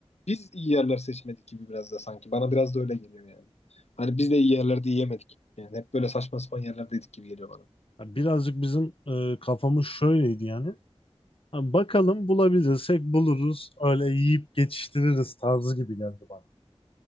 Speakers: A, on the left (about 80°); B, on the left (about 55°).
A: Biz iyi yerler seçmedik gibi biraz da sanki. Bana biraz da öyle geliyor yani. Hani biz de iyi yerlerde yiyemedik. Yani hep böyle saçma sapan yerlerdeydik gibi geliyor bana.
B: Ya birazcık bizim e, kafamız şöyleydi yani. Ha, bakalım bulabilirsek buluruz. Öyle yiyip geçiştiririz tarzı gibi geldi bana.